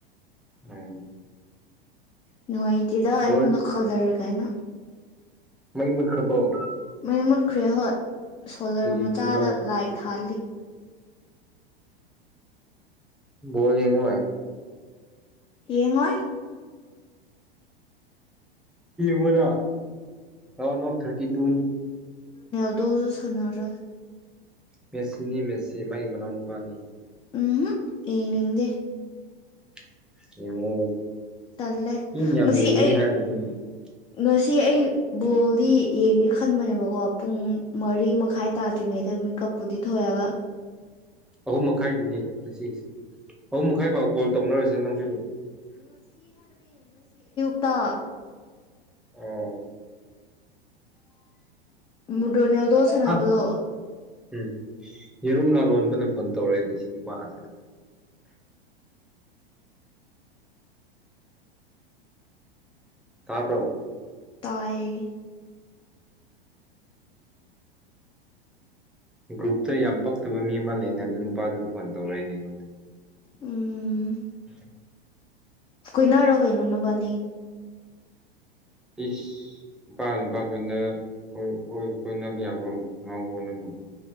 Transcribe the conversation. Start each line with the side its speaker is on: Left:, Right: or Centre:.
Centre: ꯎꯝ
Left: ꯅꯅꯨꯡꯉꯥꯏꯇꯦꯔ ꯑꯩꯉꯣꯟꯗ
Centre: ꯕꯣꯜ
Left: ꯀꯜꯖꯔ ꯀꯥꯏꯅ
Centre: ꯃꯩ ꯃꯈ꯭ꯔꯕꯧ
Left: ꯃꯩ ꯃꯨꯠꯈ꯭ꯔꯦ ꯍꯣꯠ ꯁꯣꯂꯔ
Centre: ꯀꯔꯤꯒꯤꯔꯣ
Left: ꯃꯆꯥꯗ ꯂꯥꯏ ꯊꯥꯜꯂꯤ
Centre: ꯣꯜ ꯌꯦꯡꯉꯥꯏ
Left: ꯍꯌꯦꯡꯉꯣꯏ
Centre: ꯃꯣꯅꯥ ꯔꯥꯎꯟ ꯑꯣꯐ ꯊꯥꯔꯇꯤ ꯇꯨ
Left: ꯗꯣꯖꯣ ꯁꯅꯔꯣ
Centre: ꯃꯦꯁꯤꯅꯤ ꯃꯦꯁꯤ ꯃꯥꯒꯤ ꯃꯅꯥꯎ ꯅꯨꯨꯄꯥꯅꯤ
Left: ꯎꯝ ꯌꯦꯅꯤ ꯍꯗꯦ
Centre: ꯑꯣ ꯏ
Left: ꯇꯜꯂꯦ ꯉꯁꯤ
Centre: ꯍꯥꯏ
Left: ꯑꯩ ꯉꯁꯤ ꯑꯩ ꯕꯣꯜꯗꯤ ꯌꯦꯡꯒꯦ ꯈꯟꯕꯅꯦꯕꯀꯣ ꯄꯨꯡ ꯃꯔꯤ ꯃꯈꯥꯏ ꯇꯥꯗ꯭ꯔꯤꯉꯩꯗ ꯃ ꯀꯞꯄꯨꯗꯤ ꯊꯣꯌꯥ ꯋꯥ
Centre: ꯑꯍꯨꯝ ꯃꯈꯥꯏꯗꯨꯅꯦ ꯉꯁꯤꯒꯤꯁꯦ ꯑꯍꯨꯝ ꯃꯈꯥꯏ ꯑꯩꯥꯏ ꯄꯥꯎ ꯀꯣꯜ ꯇꯧꯅꯔꯁꯦ ꯅꯪꯁꯨ
Left: ꯀꯨꯇꯥ
Centre: ꯎꯝ
Left: ꯃꯗꯅꯦ ꯌꯥꯎꯗꯣ ꯁꯅꯄꯗꯣ
Centre: ꯑꯥ ꯎꯝ ꯌꯦꯔꯨꯝ ꯂꯥꯂꯣꯟꯕꯅ ꯐꯣꯟ ꯇꯧꯔꯛꯏ ꯂꯤꯁꯤꯡꯃꯥꯁꯦ ꯀ ꯄꯣ
Left: ꯇꯥꯏ
Centre: ꯒ꯭ꯔꯨꯞꯇ ꯌꯥꯝ ꯄꯛꯇꯕ ꯃꯤ ꯑꯃ ꯂꯩꯅꯦ ꯑꯗꯨ ꯅꯨꯄꯥꯗꯨꯅ ꯐꯣꯟ ꯇꯧꯔꯛꯏꯅꯦ ꯑꯩꯉꯣꯟꯗ
Left: ꯎꯝ
Centre: ꯎꯝ
Left: ꯀꯣꯏꯅꯔꯣꯒꯅꯅ ꯄꯅꯤ
Centre: ꯏꯁꯁ ꯅꯨꯄꯥ ꯅꯨꯄꯥ ꯀꯣꯏ ꯀꯣꯏꯅꯕ ꯌꯥꯕ꯭ꯔꯣ ꯉꯥꯎꯕ꯭ꯔꯣ ꯅꯪꯕꯨ